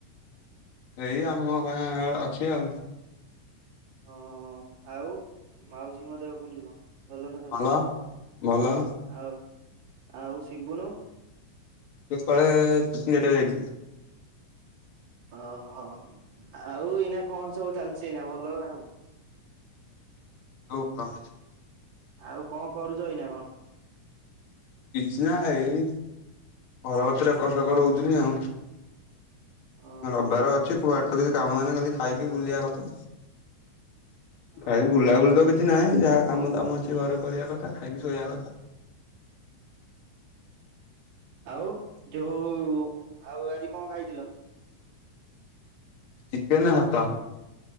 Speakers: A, on the left (about 50°); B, on the right (about 70°).
A: ଏଇ ଆମ ଗାଁ ଅଛି ଆଉ।
B: ହଁ ଆଉ ମାଉସୀଙ୍କ ଦେହ କେମିତି କଣ? ଭଲ ନା ସବୁ?
A: ଭଲ ଭଲ।
B: ଆଉ ଆଉ ଶିବୁନୁ।
A: ସେ ଶଳେ <unintelligible> ଗଟ ଯାଇଛି।
B: ହଁ ହ। ଆଉ ଏଇନା କଣ ସବୁ ଚାଲିଚି? ଏଇନା ଭଲ ନା ସବୁ?
A: ହଉ। ହଁ।
B: ଆଉ କଣ କରୁଚ ଏଇନା କଣ?
A: କିଛିନା ଏଇ। ଘରତାରେ ଏକରସେକର ହଉଥିଲି ଆଉ।
B: ଓହୋ
A: ରବିବାର ଅଛି କୁଆଡେ ତ କିଛି କାମନା ନାଁ ଖାଲି ଖାଇକି ବୁଲିବା କଥା। ଖାଇକି
B: ଓହୋ
A: ବୁଲାବୁଲି ତ କିଛି ନାହିଁ। ଯାହା କାମ ଦାମ ଅଛି ଘରେ କରିବା କଥା। ଖାଇକି ଶୋଇବା କଥା।
B: ଆଉ ଯଉ, ଆଉ ଆଜି କଣ ଖାଇଥିଲ?
A: ଚିକେନ୍ ଭାତ।